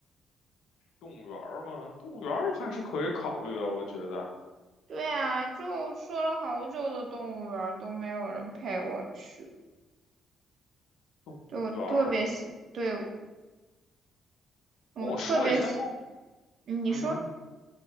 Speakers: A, on the left; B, on the right.
A: 动物园儿吗？动物园儿还是可以考虑啊，我觉得。
B: 对啊，就说了好久的动物园儿都没有人陪我去。
A: 动物园儿，
B: 对，我特别想，对，我特别想，
A: 跟我说一下，先跟我，
B: 嗯你说。
A: 嗯哼，